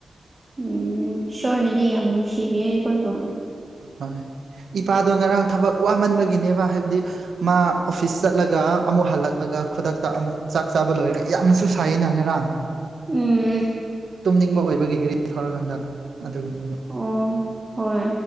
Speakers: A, on the right; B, on the right.
A: ꯎꯝ ꯏꯁꯣꯔꯅꯗꯤ ꯌꯥꯝ ꯅꯨꯡꯁꯤꯕꯤꯌꯦ ꯑꯩꯈꯣꯏꯕꯨ
B: ꯍꯣꯏ ꯏꯄꯥꯗꯣ ꯉꯔꯥꯡ ꯊꯕꯛ ꯋꯥꯃꯟꯕꯒꯤꯅꯦꯕ ꯍꯥꯏꯕꯗꯤ ꯃꯥ ꯑꯣꯐꯤꯁ ꯆꯠꯂꯒ ꯑꯃꯨꯛ ꯍꯜꯂꯛꯑꯒ ꯈꯨꯗꯛꯇ ꯑꯃꯨꯛ ꯆꯥꯛ ꯆꯥꯕ ꯂꯣꯏꯔꯒ ꯌꯥꯝꯅꯁꯨ ꯁꯥꯏ ꯏ ꯅꯉꯔꯥꯡ
A: ꯎꯝ
B: ꯇꯨꯝꯅꯤꯡꯕ ꯑꯣꯏꯕꯒꯤ ꯒꯔꯤ ꯊꯧꯔꯀꯥꯟꯗ ꯑꯗꯨꯒꯤꯅꯦꯕ
A: ꯑꯣ ꯍꯣꯏ